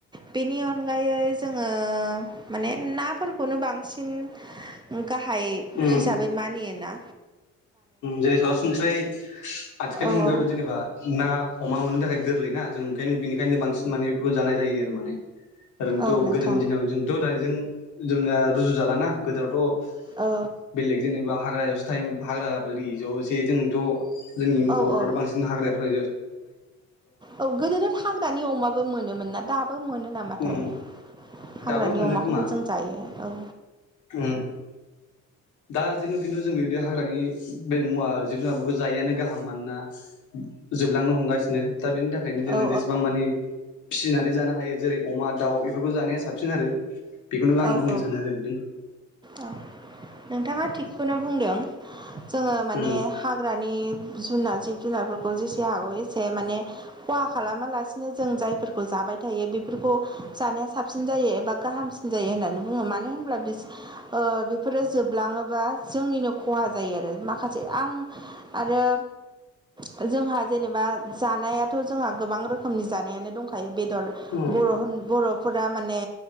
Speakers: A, on the right; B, on the left.
A: बेनि अनगायै जोङो माने नाफोरखौनो बांसिन गाहाय
B: उम
A: हिसाबै मानियो ना
B: जेरै सरासनस्रायै आथिखालनि
A: औ
B: मुगायावथ'
A: औ
B: जेनेबा ना अमा मोननो थाखाय गोरलैना जों ओंखायनो बेनिखायनो बांसिन माने बेफोरखौ जानाय जायो आरो माने ओरैनोथ'
A: औ नोंथां
B: गोदोनि दिनाव जोंथ' दानिजों जोंनिया रुजु जालाना गोदोनाथ'
A: औ
B: बेलेग जेनेबा हाग्रा यावसो थायोमोन हाग्रा <unintelligible> जोंथ' जोंनि
A: औ
B: बर'फ्राथ'
A: औ
B: बांसिन हाग्रा फ्रा
A: औ गोदोथ' फाउग्रानि अमाबो मोनोमोन ना दाबो मोन नामाथाय
B: उम
A: हाग्रानि
B: दाबो मोनो
A: अमाखौबो
B: खोमा
A: जों जायो औ
B: उम दा जेन' खिन्थु जों बेबायदि हाग्रानि बे मुवा जिब जुनारफोरखौ जायैआनो गाहाम मानोना जोबलांनो हमगासिनो दा बेनि थाखायनो जोङो
A: औ
B: जेसेबां मानि फिसिनानै जानो हायो जेरै अमा दाउ बेफोरखौ जानाया साबसिन आरो बेखौनो आं
A: औ
B: बुंनो
A: औ
B: सानो आरो नों
A: औ नोंथाङा थिगखौनो बुंदों जोङो माने
B: उम
A: हाग्रानि जुनार जिब जुनारफोरखौ जेसे हागौ एसे माने खहा खालामालासिनो जों जायफोरखौ जा जाबाय थायो बेफोरखौ जानाया साबसिन जायो एबा गाहामसिन जायो होननानै बुङो मानो होनब्ला बि ओह बेफोरो जोबलाङोबा जोंनिनो खहा जायो आरो माखासे आं आरो आरो जोंहा जेनेबा जानायाथ' जोंहा गोबां रोखोमनि जानायानो दंखायो बेदर
B: उम
A: बर' होन बर'फोरा माने